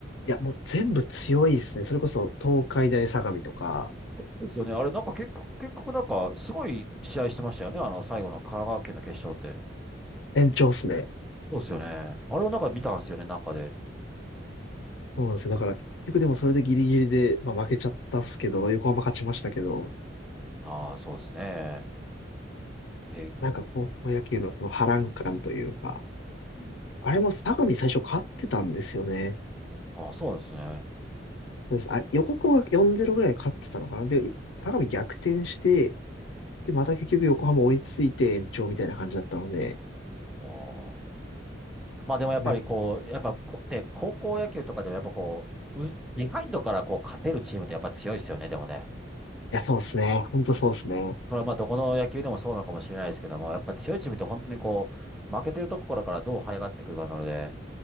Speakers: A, on the left; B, in the centre.
A: いや、もう全部強いですね。それこそ東海大相模とか、
B: そうですよね。あれ、なんか結局、結局なんか、すごい試合してましたよね。あの、最後の神奈川県の決勝って。
A: 延長っすね。
B: そうですよね。あれをなんか見たんですよね、なんかで。うん
A: そうなんですよ。だから結局でもそれでギリギリで、まあ、負けちゃったっすけど、横浜勝ちましたけど、
B: ああ、そうですね。え、
A: なんか高校野球のその波乱感というか、
B: うん。
A: あれも相模最初勝ってたんですよね。
B: ああ、そうですね。あ
A: そうです。あ、横浜が4-0ぐらいで勝ってたのかな。で、相模逆転して、で、また結局横浜追いついて延長みたいな感じだったので、
B: あ。まあでもやっぱりこう、
A: なんか、
B: やっぱこ、で、高校野球とかでもやっぱこう、う、ビハインドからこう勝てるチームってやっぱ強いですよね、でもね。
A: いや、そうですね。本当そうですね。
B: これはまあどこの野球でもそうなのかもしれないですけども、やっぱ強いチームって本当にこう、負けてるところからどう這い上がってくるかなので、